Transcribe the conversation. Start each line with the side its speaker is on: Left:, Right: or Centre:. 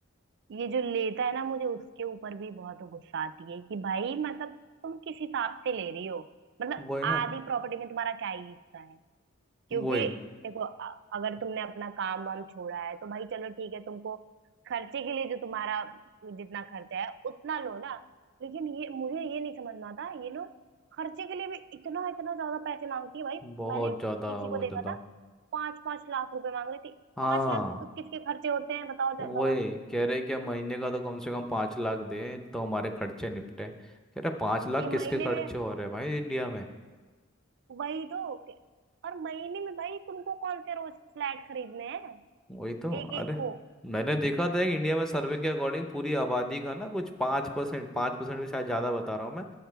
Right: ये जो लेता है ना मुझे उसके ऊपर भी बहुत गुस्सा आती है कि भाई मतलब तुम किस हिसाब से ले रही हो मतलब
Centre: वही ना
Right: आधी प्रॉपर्टी में तुम्हारा क्या ही हिस्सा है क्योंकि
Centre: वही
Right: देखो अ- अगर तुमने अपना काम वाम छोड़ा है तो भाई चलो ठीक है तुमको खर्चे के लिए जो तुम्हारा जितना खर्चा है उतना लो ना लेकिन ये मुझे ये नहीं समझना आता ये लोग खर्चे के लिए भी इतना इतना ज्यादा पैसे मांगती है भाई
Centre: बहुत
Right: मैंने किसी
Centre: ज्यादा बहुत
Right: को देखा
Centre: ज्यादा
Right: था पांच पांच लाख रुपए मांग रही थी
Centre: हाँ
Right: पांच लाख किसके खर्चे होते हैं बताओ जरा
Centre: वही
Right: भला
Centre: कह रहे क्या महीने का तो कम से कम पाँच लाख दे तो हमारे खर्चे निपटे कह रहे पाँच लाख
Right: ये महीने
Centre: किसके खर्चे
Right: में
Centre: हो रहे हैं भाई इंडिया में
Right: वही तो कि- और महीने में भाई तुमको कौन से रोज फ्लैट खरीदने हैं
Centre: वही तो अरे
Right: एक एक को
Centre: मैंने देखा था कि इंडिया में सर्वे के अकॉर्डिंग पूरी आबादी का ना कुछ पाँच परसेंट पाँच परसेंट भी शायद ज़्यादा बता रहा हूँ मैं